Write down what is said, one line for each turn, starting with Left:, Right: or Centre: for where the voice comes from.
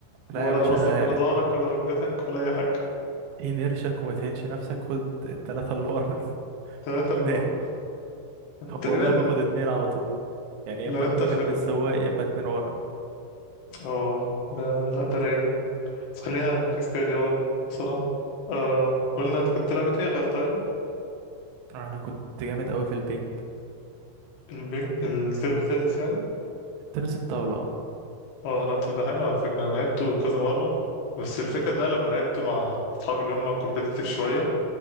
Right: لا
Left: ولا
Right: يا باشا
Left: راسك ولا ظهرك ولا ركبتك ولا اي حاجة
Right: تهين قرشك وما تهينش نفسك خد التلاتة اللي ورا <laughs>
Left: تلاتة اللي
Right: نام.
Left: ورا تقريبا
Right: والله باخد اتنين على طول يعني يا
Left: لو
Right: اما اتنين
Left: انت في
Right: جنب
Left: ال
Right: السواق يا اما اتنين ورا
Left: اه ده لا ده رايق ده بس خلينا نركز كده رياضة بسرعة أم... قلنا انت كنت تلعب ايه تاني غير طايرة
Right: انا كنت جامد قوي في البنج
Left: البينج التيبل تنس يعني
Right: التنس الطاولة اه
Left: اه لا طب ده حلو على فكرة انا لعبته كذا مرة بس الفكرة ان انا لما لعبته مع اصحابي اللي هم كومبيتيتيف شوية